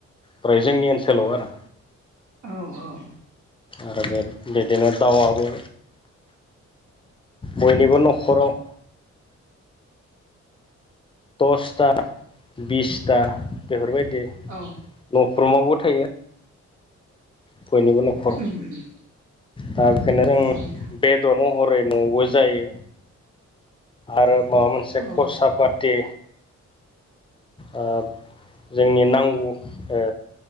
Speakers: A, on the left; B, on the right.
A: फ्राय जोंनि ओनसोलाव आरो
B: औ औ
A: आरो बे बिदिनो दाउआबो बयनिबो न'खराव दसथा बिसथा बेफोरबायदि
B: उम
A: न'फ्रोमावबो थायो। बयनिबो न'खराव
B: उम
A: दा बेखायनो जों
B: औ नोंथां
A: बेदर महरै न'बो जायो आरो माबा मोनसे
B: औ
A: खरसा फाथि थि ओ जोंनि नांगौ ओ